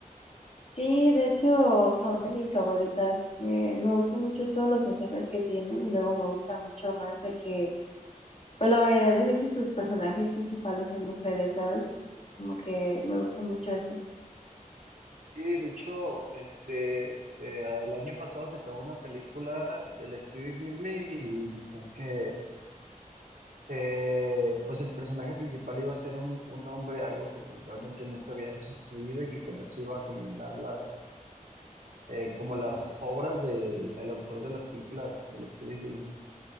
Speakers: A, on the left (about 50°); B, on the right (about 85°).
A: Sí, de hecho son de mis favoritas. Me, me gustan mucho todos los mensajes que tienen y luego me gusta mucho más de que, pues la mayoría de veces sus personajes principales son mujeres, ¿sabes? Como que me gusta mucho eso.
B: Sí, de hecho, este, eh, el año pasado se acabó una película del estudio Ghibli y decían que, eh, pues el personaje principal iba a ser un, un hombre, algo que pues realmente nunca había sucedido y que con eso iba a culminar las, eh, como las obras del el autor de las películas del estudio Ghibli.